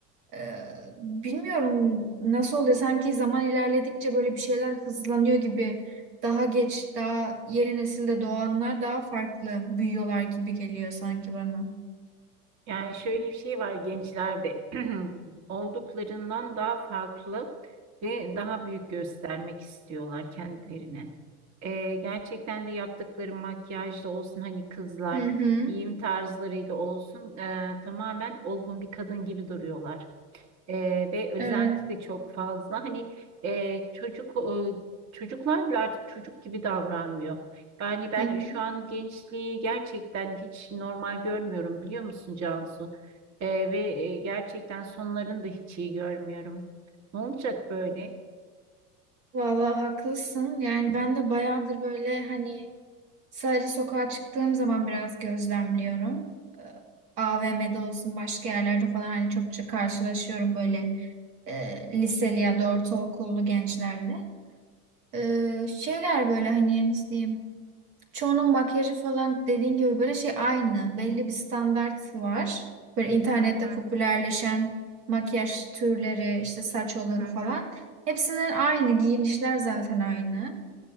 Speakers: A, on the right; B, on the right.
A: Ee, bilmiyorum nasıl oluyor. Sanki zaman ilerledikçe böyle bir şeyler hızlanıyor gibi. Daha geç, daha yeni nesilde doğanlar daha farklı büyüyorlar gibi geliyor sanki bana.
B: Yani şöyle bir şey var gençlerde <clears throat> olduklarından daha farklı ve daha büyük göstermek istiyorlar kendilerini. Ee, gerçekten de yaptıkları makyajla olsun hani kızlar
A: Hı hı.
B: giyim tarzlarıyla olsun e, tamamen olgun bir kadın gibi duruyorlar. Ee, ve özenti
A: Evet.
B: de çok fazla. Hani e, çocuk e, çocuklar bile artık çocuk gibi davranmıyor. Yani ben
A: Hı hı.
B: şu an gençliği gerçekten hiç normal görmüyorum biliyor musun Cansu? Ee, ve e, gerçekten sonlarını da hiç iyi görmüyorum. Ne olacak böyle?
A: Vallahi haklısın. Yani ben de bayağıdır böyle hani sadece sokağa çıktığım zaman biraz gözlemliyorum. Ee, AVM'de olsun başka yerlerde falan hani çokça karşılaşıyorum böyle e, liseli ya da ortaokullu gençlerle. Ee, şeyler böyle hani nasıl diyeyim çoğunun makyajı falan dediğin gibi böyle şey aynı belli bir standart var böyle internette
B: Hı hı,
A: popülerleşen makyaj türleri işte saç olur
B: hı hı,
A: falan hepsinin aynı giyinişler zaten aynı